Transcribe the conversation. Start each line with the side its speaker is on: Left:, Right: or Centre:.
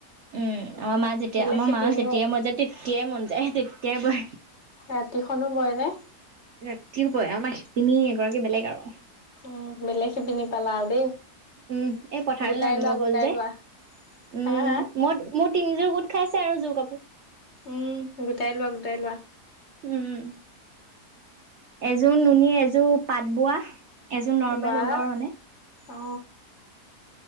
Right: উম, আমাৰ মা যেতিয়া
Left: বেলেগ
Right: আমাৰ
Left: শিপিনিও
Right: মা মন যায় যেতিয়াই মন যায় তেতিয়াই বহে।
Left: ৰাতিখনো বয় নে?
Right: উম ৰাতিপুৱাই আমাৰ শিপিনী এগৰাকী বেলেগ আৰু
Left: অঁ বেলেগ শিপিনি পলাও দেই
Right: উম এই পথাৰলৈ
Left: গোটাই
Right: নামিব
Left: লোৱা গোটাই
Right: হ'ল যে,
Left: লোৱা
Right: উম
Left: হা হা
Right: মই মোৰ তিনিযোৰ গোট-' খাইছে আৰু এই জোৰ কাপোৰ
Left: উম গোটাই লোৱা, গোটাই লোৱা
Right: উম, এযোৰ নুনী, এযোৰ পাত বোৱা এযোৰ নৰ্মেল
Left: বাহ
Right: ঊলৰ মানে।
Left: অ